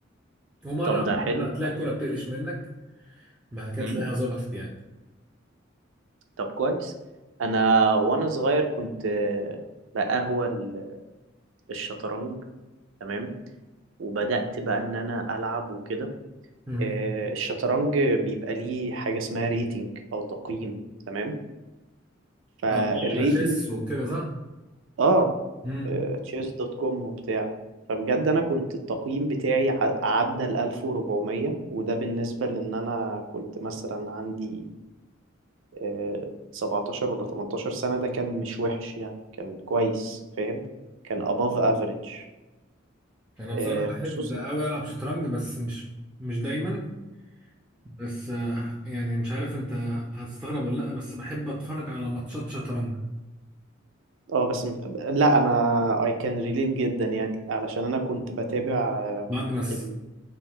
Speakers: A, in the centre; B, on the right.
A: ومره
B: طب
A: على
B: ده حلو
A: مره هتلاقي الكوره بتقلش منك ما كانت
B: مم.
A: تلاقيها ظبطت يعني
B: طب كويس انا وانا صغير كنت آه، بقهوى ال- الشطرنج تمام وبدأت بقى إن أنا ألعب وكده
A: امم
B: آه، الشطرنج بيبقى ليه حاجة اسمها ريتنج أو تقييم تمام فالريتنج
A: بقعد على شيس وكده صح
B: آه
A: امم
B: تشيس دوت كوم وبتاع فبجد أنا كنت التقييم بتاعي ع- عدى ال 1400 وده بالنسبة لأن أنا كنت مثلا عندي آه، 17 ولا 18 سنة ده كان مش وحش يعني كان كويس فاهم كان above average
A: انا بصراحه
B: آه،
A: بحب
B: خصوصا
A: قوي العب شطرنج بس مش مش دايما بس آه، يعني مش عارف انت هتستغرب ولا لا بس بحب اتفرج على ماتشات شطرنج
B: اه بس مش... لا انا I can relate جدا يعني علشان انا كنت بتابع آه،
A: ماجنس
B: ال...